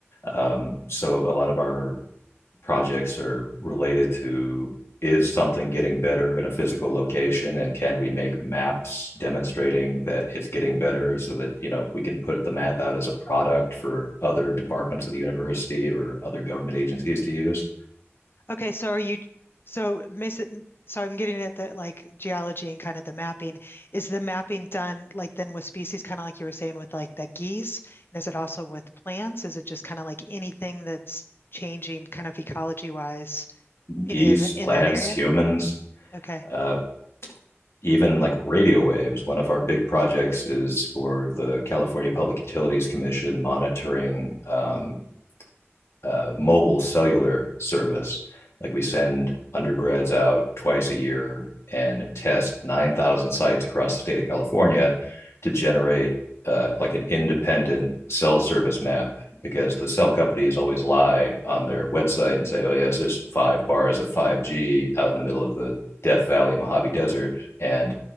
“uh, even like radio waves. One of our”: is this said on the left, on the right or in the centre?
Left